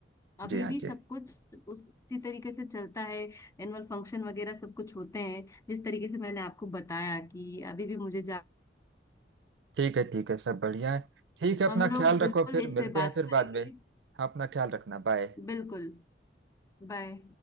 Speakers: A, on the right (about 75°); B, on the left (about 15°).
A: जी
B: अभी
A: हाँ
B: भी
A: जी
B: सब कुछ उसी तरीके से चलता है एनुअल फंक्शन वगैरह सब कुछ होते हैं जिस तरीके से मैंने आपको बताया कि अभी भी मुझे
A: ठीक है ठीक है सब बढ़िया है ठीक है अपना
B: हम लोग
A: ख्याल रखो
B: बिल्कुल
A: फिर
B: इस
A: मिलते
B: पे
A: हैं
B: बात
A: फिर
B: करेंगे
A: बाद में हाँ अपना ख्याल रखना बाय
B: बिल्कुल बाय